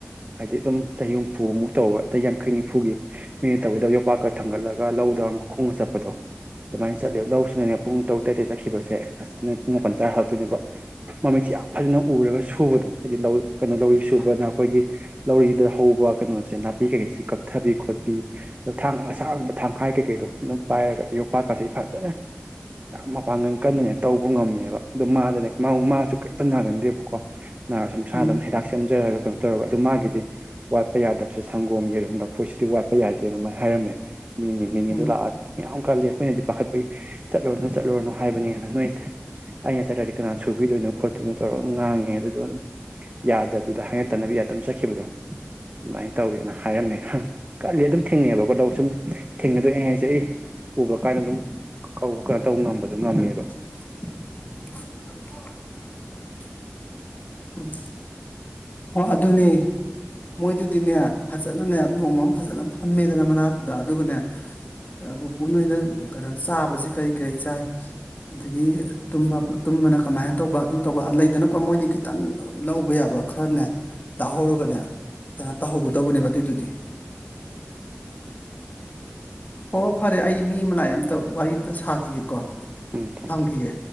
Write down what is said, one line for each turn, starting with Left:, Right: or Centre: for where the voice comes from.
Right: ꯍꯥꯏꯗꯤ ꯑꯗꯨꯝ ꯆꯍꯤ ꯍꯨꯝꯐꯨꯃꯨꯛ ꯇꯧꯕ ꯆꯍꯤ ꯌꯥꯡꯈꯩ ꯅꯤꯐꯨꯒꯤ ꯃꯤꯅ ꯇꯧꯒꯗꯕ ꯌꯣꯄꯥꯛꯀ ꯊꯥꯡꯒꯠꯂꯒ ꯂꯧꯗ ꯃꯈꯣꯡꯅ ꯆꯠꯄꯗꯣ ꯑꯗꯨꯃꯥꯏꯅ ꯆꯠꯂꯦꯕ ꯂꯧꯁꯤꯅꯅꯦ ꯄꯨꯡ ꯇꯔꯨꯛ ꯇꯔꯦꯠꯇꯒ ꯆꯠꯈꯤꯕꯁꯦ ꯑꯁꯤꯅ ꯄꯨꯡ ꯃꯥꯄꯟ ꯇꯔꯥ ꯍꯥꯂꯛ ꯇꯣꯏꯅꯦꯕ ꯃꯃꯤꯠꯁꯤ ꯌꯥꯝ ꯐꯖꯅ ꯎꯔꯒ ꯁꯨꯕꯗꯣ ꯍꯥꯏꯗꯤ ꯂꯧ ꯀꯩꯅꯣ ꯂꯧꯔꯤ ꯁꯨ ꯎꯕꯅ ꯑꯩꯈꯣꯏꯒꯤ ꯂꯧꯔꯤꯗ ꯍꯧꯕ ꯀꯩꯅꯣꯁꯦ ꯅꯥꯄꯤ ꯀꯩꯀꯩꯁꯤ ꯀꯛꯊꯕꯤ ꯈꯣꯠꯄꯤ ꯑꯗꯩ ꯊꯥꯡ ꯑꯁꯥꯡꯕ ꯊꯥꯡꯈꯥꯏ ꯀꯩꯀꯩꯗꯣ ꯑꯗꯨꯝ ꯄꯥꯏꯔꯒ ꯌꯣꯝ ꯄꯥꯛꯀꯁꯤ ꯐꯖꯅ ꯌꯥꯝ ꯃꯄꯥꯡꯒꯟ ꯀꯟꯅꯅꯦ ꯇꯧꯕ ꯉꯝꯃꯤꯕ ꯑꯗꯣ ꯃꯥꯗꯅꯦ ꯃꯥ ꯃꯥꯁꯨ ꯀꯩꯝꯇ ꯅꯥꯒꯟꯗꯦꯕꯀꯣ ꯅꯥꯔꯁꯨ ꯃꯁꯥꯟ
Left: ꯎꯝ
Right: ꯑꯗꯨꯝ ꯍꯤꯗꯥꯛ ꯁꯦꯝꯖꯔꯒ ꯀꯩꯅꯣ ꯇꯧꯔꯒ ꯑꯗꯨ ꯃꯥꯒꯤꯗꯤ ꯋꯥꯠꯄ ꯌꯥꯗꯕꯁꯦ ꯁꯪꯒꯣꯝ ꯌꯦꯔꯨꯝ ꯂꯐꯣꯏꯁꯤꯗꯤ ꯋꯥꯠꯄ ꯌꯥꯗꯦ ꯑꯗꯨꯃꯥꯏ ꯍꯥꯏꯔꯝꯃꯦ <unintelligible> ꯅꯦꯅꯦꯗꯨ
Left: ꯎꯝ
Right: ꯂꯥꯛꯑ ꯌꯥꯝ ꯀꯜꯂꯤ ꯑꯩꯈꯣꯏꯅꯗꯤ ꯄꯥꯈꯠꯄꯩ ꯆꯠꯂꯨꯔꯅꯨ ꯆꯠꯂꯨꯔꯅꯨ ꯍꯥꯏꯕꯅ‌ꯦꯅ ꯅꯣꯏ ꯑꯩꯅ ꯆꯠꯇ꯭ꯔꯗꯤ ꯀꯅꯥꯟ ꯁꯨ ꯕꯤꯗꯣꯏꯅꯣ ꯈꯣꯠꯇꯣꯏꯅꯣ ꯇꯧꯔ ꯎꯝ ꯉꯥꯡꯉꯦ ꯑꯗꯨꯗꯨꯑꯥ ꯑꯗꯨꯝ ꯌꯥꯗꯕꯤꯗ ꯍꯥꯏꯅ ꯇꯥꯅꯕꯤ ꯌꯥꯗ ꯗꯨꯝ ꯆꯠꯈꯤꯕꯗꯣ ꯑꯗꯨꯃꯥꯏꯟ ꯇꯧꯋꯦꯅ ꯍꯥꯏꯔꯝꯃꯦ ꯀꯜꯂꯤ ꯑꯗꯨꯝ ꯊꯦꯡꯅꯩꯕꯀꯣ ꯂꯧ ꯁꯨꯝ ꯊꯦꯡꯅꯗꯣꯏ ꯑꯩ ꯍꯥꯏꯁꯦ ꯑꯩ ꯎꯕ ꯀꯥꯟꯗ ꯑꯗꯨꯝ ꯀ ꯀꯧꯕ ꯀꯩꯅꯣ ꯇꯧ ꯉꯝꯕꯗꯣ ꯉꯝꯃꯦꯕ
Left: <unintelligible> ꯎꯝ ꯑꯣ ꯑꯗꯨꯅꯦ ꯃꯣꯏꯗꯨꯗꯤꯅꯦ ꯐꯖꯅꯅꯦ ꯅꯣꯡꯃ ꯑꯃ ꯐꯖꯅ ꯐꯝꯃꯦꯗꯅ ꯃꯅꯥꯛꯇꯨꯗ ꯑꯗꯨꯒꯅꯦ ꯑꯥ ꯄꯨꯄꯨ ꯅꯣꯏꯅ ꯀꯩꯅꯣ ꯆꯥꯕꯖꯤ ꯀꯩ ꯀꯔꯤ ꯆꯥꯏ ꯑꯗꯒꯤ ꯇꯨꯝꯕ ꯇꯨꯝꯕꯅ ꯀꯃꯥꯏꯟ ꯇꯧꯕ ꯑꯗꯨ ꯇꯧꯕ ꯂꯩꯗꯅꯀꯣ ꯃꯣꯏꯗꯩ ꯈꯤꯠ ꯇꯪ ꯂꯧꯕ ꯌꯥꯕ ꯈꯔꯅꯦ ꯇꯥꯍꯧꯔꯒꯅꯦ ꯀꯩꯅꯣ ꯇꯧꯍꯧꯒꯗꯧꯕꯅꯦꯕ ꯑꯗꯨꯏꯗꯨꯗꯤ ꯑꯣ ꯐꯔꯦ ꯑꯩ ꯃꯤ ꯑꯃ ꯂꯥꯛꯑꯦ ꯑꯝꯇ ꯋꯥꯔꯤ ꯑꯝꯇ ꯁꯥꯈꯤꯒꯦꯀꯣ
Right: ꯎꯝ ꯊꯝ
Left: ꯊꯝꯈꯤꯒꯦ